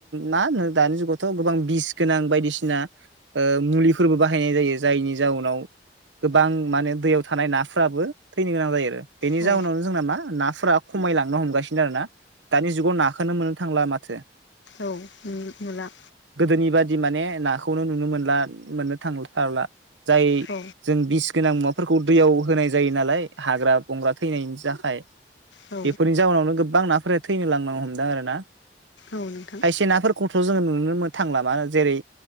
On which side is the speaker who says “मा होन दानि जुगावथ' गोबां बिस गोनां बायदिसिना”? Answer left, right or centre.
Right